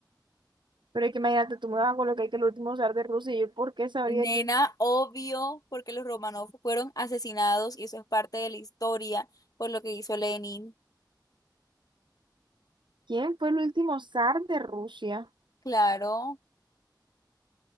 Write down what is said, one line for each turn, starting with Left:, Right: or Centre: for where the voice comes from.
Right: Pero es que imagínate, tú me vas a colocar que el último zar de Rusia. y ¿Yo por qué sabría
Left: Nena,
Right: quién,
Left: obvio, porque los Romanov fueron asesinados y eso es parte de la historia por lo que hizo Lenin.
Right: quién fue el último zar de Rusia?
Left: Claro.